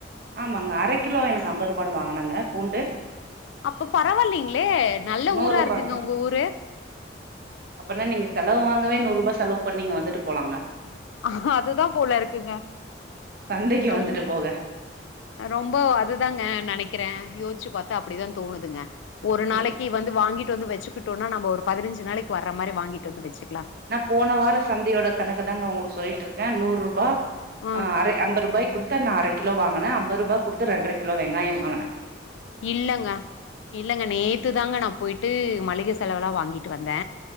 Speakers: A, on the right (about 55°); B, on the left (about 80°).
A: ஆமாங்க அரை கிலோ எனக்கு ஐம்பது ரூபான்னு வாங்னங்க பூண்டு
B: அப்ப பரவாளீங்களே நல்ல
A: நூர்ருபாங்க
B: ஊரா இருக்குங்க உங்க ஊரு
A: அப்பனா நீங்க செலவு வாங்கவே நூறுரூபா செலவு பண்ணி இங்க வந்துட்டு போலாங்க
B: ஆ அதுதா போல இருக்குங்க
A: சந்தைக்கு
B: ரொம்ப
A: வந்துட்டு போக
B: ரொம்ப அதுதாங்க நெனைக்கற யோசிச்சு பாத்தா அப்டிதா தோணுதுங்க ஒரு நாளைக்கு
A: எ
B: வந்து வாங்கிட்டு வந்து வெச்சுக்கிட்டோன்னா நம்ப ஒரு பதினஞ்சு நாளைக்கு வர்ற மாரி வாங்கிட்டு வந்து வெச்சு
A: நா போன வாரோ சந்தயோட கணக்குதாங்க உங்களுக்கு சொல்லிட்ருக்க நூறு ரூபா
B: ம்
A: ஆ அரை ஐம்பது ரூபாய் குடுத்து நா அரை கிலோ வாங்கன ஐம்பது ரூபாய் குடுத்து ரெண்ட்ர கிலோ வெங்காய வாங்கன
B: இல்லங்க இல்லங்க நேத்து தாங்க நா போயிட்டு மளிக செலவுலா வாங்கிட்டு வந்தே